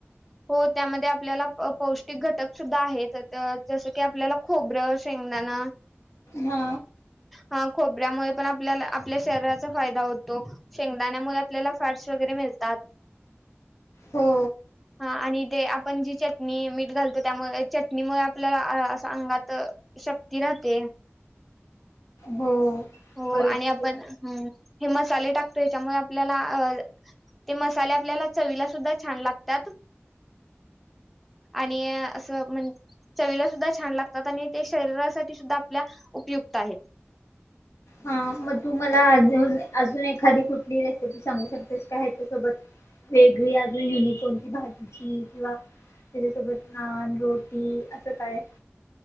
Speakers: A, in the centre; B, on the left.
A: हो त्यामध्ये आपल्याला पौष्टिक घटक सुद्धा आहेत जसं-जसं की आपल्याला खोबरं, शेंगदाण.
B: हा
A: हा खोबऱ्यामुळे पण आपल्याला आपल्या शरीराचा फायदा होतो. शेंगदाण्यामुळे आपल्याला फॅट्स वगैरे मिळतात.
B: हो.
A: हा आणि ते आपण जी चटणी, मीठ घालतो त्यामुळे चटणीमुळे आपल्याला अं-अं-असं अंगात शक्ती राहते.
B: हो.
A: हो
B: बरोबर
A: आणि आपण हो. हे मसाले टाकतो याच्यामुळे आपल्याला अ-ते मसाले आपल्याला चवीला सुद्धा छान लागतात आणि असं म्हण चवीला सुद्धा छान लागतात आणि ते शरीरासाठी सुद्धा आपल्या उपयुक्त आहेत.
B: हा मग तू मला अजून अजून एखादी कुठली रेसिपी सांगू शकतेस का ह्याच्या सोबत? वेगळी आजुन युनिक कोणती भाजी? त्याच्यासोबत नान रोटी असं काय?